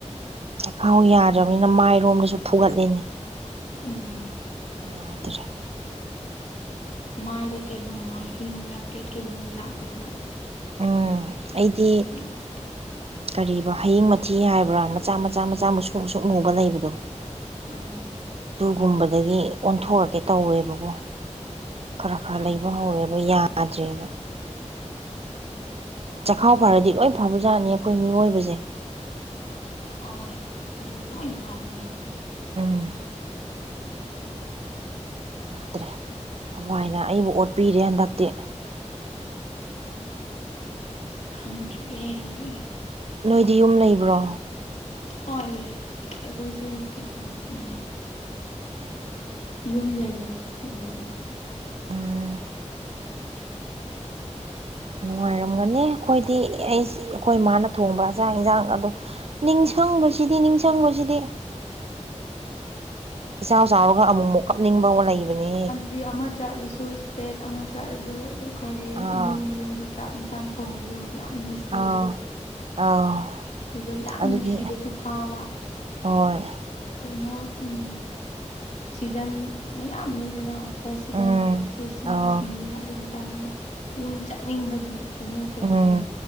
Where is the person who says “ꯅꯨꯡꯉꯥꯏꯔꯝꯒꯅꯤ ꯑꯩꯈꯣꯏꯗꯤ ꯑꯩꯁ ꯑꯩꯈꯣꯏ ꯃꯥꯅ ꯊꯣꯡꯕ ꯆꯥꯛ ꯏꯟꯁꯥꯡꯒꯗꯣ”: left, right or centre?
Right